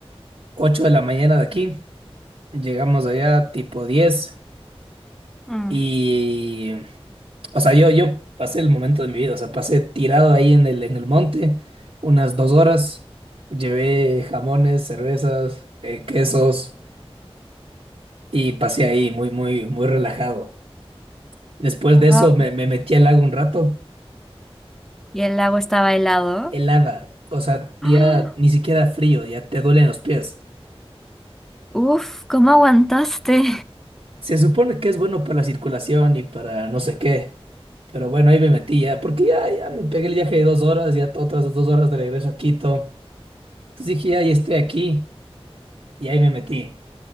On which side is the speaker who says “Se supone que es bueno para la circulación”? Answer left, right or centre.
Right